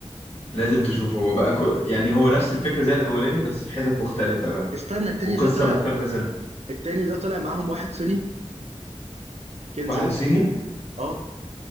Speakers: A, on the left; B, on the right.
A: لازم تشوفه هو بقى كو... يعني هو نفس الفكره زي الاولاني بس في حتت مختلفه بقى
B: استنى التاني
A: وقصه
B: ده طلع
A: مختلفه سنة.
B: التاني ده طلع معاهم واحد صيني كين
A: واحد
B: جونج
A: صيني
B: اه